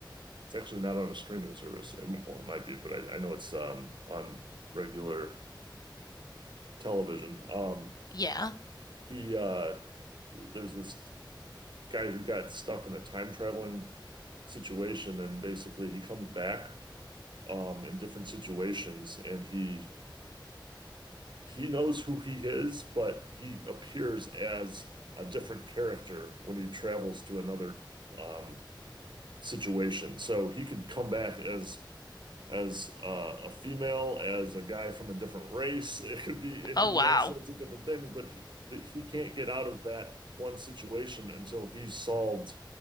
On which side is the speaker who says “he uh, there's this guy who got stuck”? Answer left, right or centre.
Right